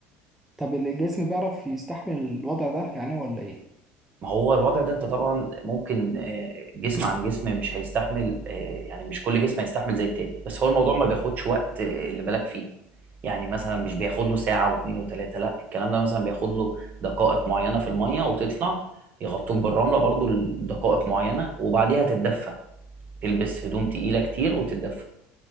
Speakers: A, in the centre; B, on the right.
A: طب الجسم بيعرف يستحمل الوضع ده يعني ولا ايه
B: ما هو الوضع ده انت طبعا ممكن آه، جسم عن جسم مش هيستحمل آه، يعني مش كل جسم هيستحمل زي التاني بس هو الموضوع ما بياخدش وقت آه، اللي بالك فيه يعني مثلا مش بياخد له ساعة واتنين وتلاتة لا الكلام ده مثلا بياخد له دقائق معينة في المية وتطلع يغطوك بالرملة برضو لدقائق معينة وبعديها تتدفى تلبس هدوم تقيلة كتير وتتدفى